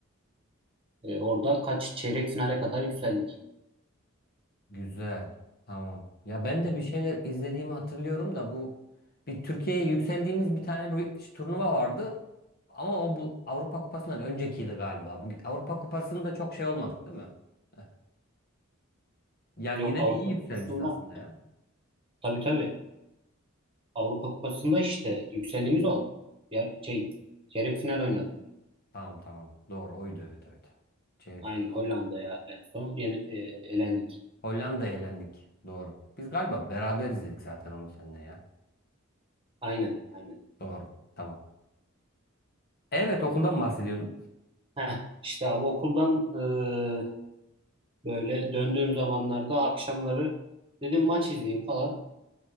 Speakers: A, on the right; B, on the left.
A: Ee, orada kaç çeyrek finale kadar yükseldik.
B: Güzel. Tamam. Ya ben de bir şeyler izlediğimi hatırlıyorum da bu bir Türkiye'ye yükseldiğimiz bir tane bir turnuva vardı. Ama o bu Avrupa Kupası'ndan öncekiydi galiba. Bu Avrupa Kupası'nda çok şey olmadık değil mi? <laughs> Yani
A: Yok
B: yine
A: Avrupa
B: de iyi yükselmişiz
A: Kupası'nda
B: aslında ya.
A: tabii tabii Avrupa Kupası'nda işte yükseldiğimiz o. Yer, şey, çeyrek final oynadık.
B: Tamam tamam. Doğru oydu evet evet. Çeyrekte
A: Aynen
B: kaldık.
A: Hollanda'ya en son yeni, e, elendik.
B: Hollanda'ya elendik. Doğru. Biz galiba beraber izledik zaten onu seninle ya.
A: Aynen aynen.
B: Doğru. Tamam. Evet okuldan bahsediyordum.
A: Heh, işte abi okuldan e, böyle döndüğüm zamanlarda akşamları dedim maç izleyeyim falan.